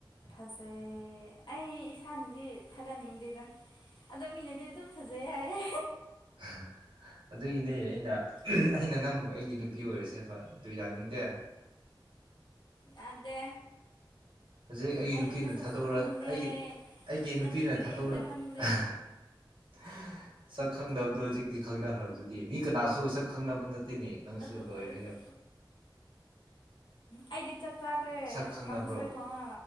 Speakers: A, on the left; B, on the right.
A: ꯐꯖꯩ ꯑꯩ ꯏꯁꯥꯅꯗꯤ ꯊꯥꯒꯠꯅꯤꯡꯗꯦꯗ ꯑꯗꯣ ꯃꯤꯅꯗꯤ ꯑꯗꯨꯝ ꯐꯖꯩ ꯍꯥꯏꯌꯦ
B: ꯍꯥ ꯑꯗꯨꯏꯅꯦ ꯑꯩꯅ <unintelligible> ꯑꯩꯅ ꯅꯪꯕꯨ ꯑꯩꯒꯤ ꯅꯨꯄꯤ ꯑꯣꯏꯔꯁꯦꯕ ꯗꯨ ꯌꯥꯅꯤꯡꯗꯦ
A: ꯌꯥꯗꯦ
B: ꯍꯧꯖꯤꯛ ꯑꯩꯒꯤ
A: ꯑꯩꯗꯤ
B: ꯅꯨꯄꯤꯅ
A: ꯅꯁꯛꯁꯨ
B: ꯊꯥꯗꯣꯔꯛ
A: ꯈꯪꯗꯦ
B: ꯑꯩꯒꯤ ꯑꯩꯒꯤ
A: ꯅꯪꯒꯤ
B: ꯅꯨꯄꯤꯅ
A: ꯀꯔꯤꯝꯇ
B: ꯊꯥꯗꯣꯛꯔ
A: ꯈꯪꯗꯦ
B: ꯑꯥꯍꯥ ꯁꯛ ꯈꯪꯗꯕꯗꯣ ꯍꯧꯖꯤꯛꯇꯤ ꯈꯪꯅꯈ꯭ꯔꯕꯗꯨꯗꯤ ꯃꯤ ꯀꯅꯥꯁꯨ ꯁꯛ ꯈꯪꯅꯕ ꯅꯠ ꯇꯤꯅꯦ ꯅꯪꯁꯨ
A: ꯑꯗꯨ
B: ꯂꯣꯏꯔꯦ
A: ꯑꯣꯏꯔꯁꯨ ꯑꯩꯗꯤ ꯆꯥꯛ ꯆꯥꯈ꯭ꯔꯦ
B: ꯁꯛ ꯈꯪꯅꯕ꯭ꯔꯣ
A: ꯀꯥꯡꯁꯣꯏ ꯊꯣꯡꯉ